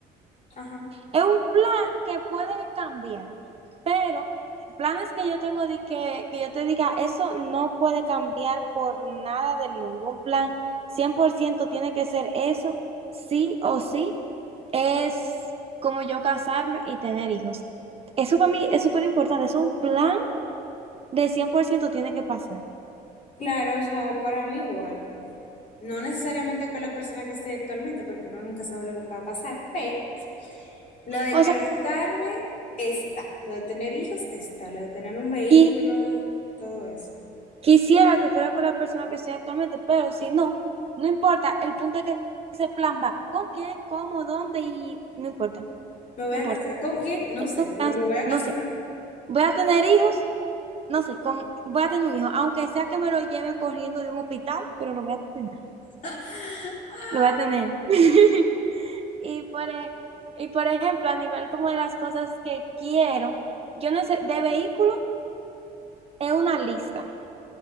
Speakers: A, on the left; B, on the right.
A: ajá,
B: Es un plan que puede cambiar, Pero planes que yo tengo de que, que yo te diga, eso no puede cambiar por nada del mundo. Un plan 100% tiene que ser eso, sí o sí, es como yo casarme y tener hijos. Eso para mí es súper importante, es un plan de 100% tiene que pasar.
A: claro, o sea, para mí igual, no necesariamente con la persona que estoy actualmente, porque uno nunca sabe lo que va a pasar, pero Lo de
B: O
A: casarme
B: sea,
A: está, lo de tener hijos está, lo de tener un vehículo,
B: qui-
A: todo eso.
B: quisiera que fuera con la persona que estoy actualmente, pero si no, no importa. El punto es que ese plan va con quién, cómo, dónde y no importa,
A: Me voy
B: no
A: a
B: importa.
A: casar. ¿Con quién? No
B: Es
A: sé,
B: un
A: pero
B: plan,
A: me voy a
B: no
A: casar.
B: sé. voy a tener hijos, no sé, con, voy a tener un hijo, aunque sea que me lo lleve corriendo de un hospital, pero lo voy a tener,
A: <laughs>
B: lo voy a tener. <laughs> Y por, e- y por ejemplo, a nivel como de las cosas que quiero, yo no sé, de vehículo es una lista.